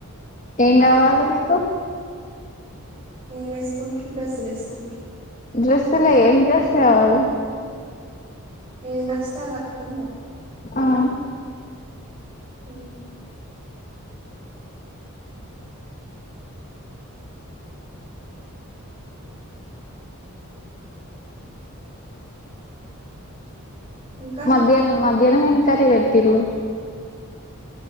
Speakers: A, on the left; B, on the right.
A: ఏం గావాలే నికు.
B: నువెస్కుంట్రు డ్రెస్స్లెస్కుంట్రు.
A: డ్రెస్సులే ఏం డ్రెస్ గావాలి.
B: ఏదనచ్చితే అవట్కూనరా
A: ఆ
B: మ్ ఇంకా
A: మధ్యాహ్నం మధ్యాహ్నం మేం కర్రీ వెట్టిర్రు